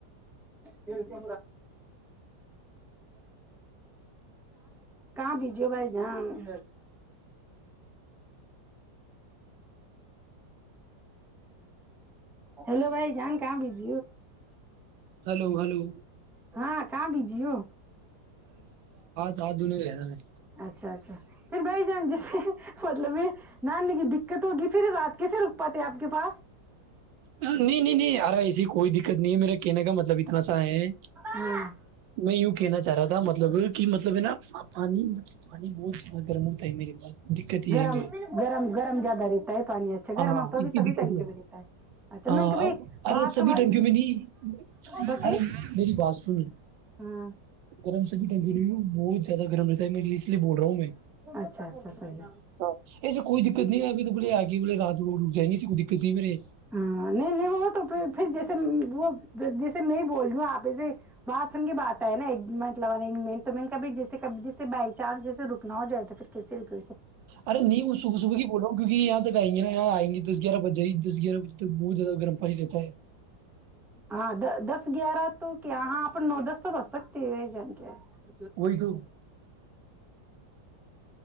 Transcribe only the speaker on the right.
ہلو ہلو
سات دن رہ ج میں
نہیں نہیں نہیں آارا ایسی کوئی دقت نہیں ہے میرا کہنے کا مطلب اتنا ہے
میں یوں کہنا چاہ رہا تھا مطلب کی مطلب ہے نا پانی پانی بہت زیادہ گرم ہوتا ہے میرے پاس دقت یہ
ہے میری
ہاں ہاں
اس کی
دقت
یہ ہے
ہاں
ارے سبھی
ٹنکیوں میں نہیں
ارے میری بات سن
گرم سبھی ٹنکیوں میں بہت زیادہ۔ تا میری اس لیے بول رہا ہوں میں
ہاں ایسے کوئی دقت نہیں ہے ابھی تو۔ پورے آگے بولے رات کو رک جایں گیے کسی کو دقت نہیں ہیں میرے۔
ارے نی وہ سبے سبے کی بول رہا ہوں۔ کیوکہ یہاں تک آیں گے نا یہاں آئ گے دس گیارہ بجے ہی دس گیارا بجے۔ تک بہت زیادہ گرم پانی رہتا ہے
وہی تو